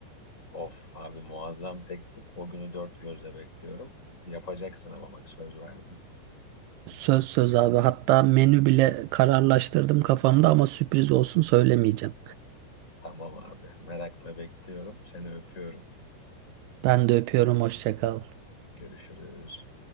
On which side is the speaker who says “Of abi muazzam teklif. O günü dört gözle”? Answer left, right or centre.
Left